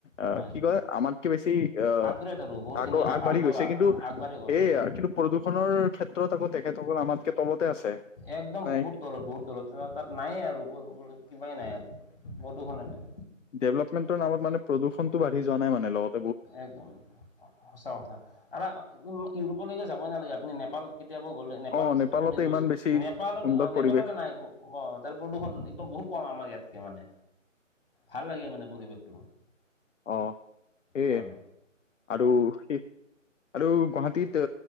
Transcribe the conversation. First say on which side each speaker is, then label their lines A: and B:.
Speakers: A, on the left; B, on the left.
A: আহ
B: হয়।
A: কি কয় আমাতকে বেছি আহ
B: আপগ্ৰেড আৰু বহুতখিনি
A: আগ আগবাঢ়ি
B: আগবঢ়া
A: গৈছে কিন্তু।
B: আগবাঢ়ি গ'ল
A: সেয়ে
B: হয়
A: কিন্তু প্ৰদূষণৰ ক্ষেত্ৰত আকৌ তেখেতসকল আমাতকে তলতে আছে।
B: একদম
A: মানে
B: বহুত তলত বহুত তলত তাত নায়ে আৰু কিবাই নাই আৰু প্ৰদুষন নাই।
A: ডেভেলপমেণ্টৰ নামত মানে প্ৰদূষণটো বাঢ়ি যোৱা নাই মানে লগত।
B: একদম সঁচা কথা আৰু ইউৰোপলৈকে যাবই নালাগে আপুনি নেপাল। কেতিয়াবা গ'লে নেপাল
A: অ নেপালতে
B: আপুনি গৈছে
A: ইমান বেছি
B: নেপালত
A: সুন্দৰ
B: অ
A: পৰিৱেশ
B: নেপালতে নাই। অ তাৰে প্ৰদূষণ একদম বহুত কম আমাৰ ইয়াতকে মানে ভাল লাগে মানে পৰিৱেশটো।
A: অ সেয়ে
B: হয়
A: আৰু স আৰু গুৱাহাটীত।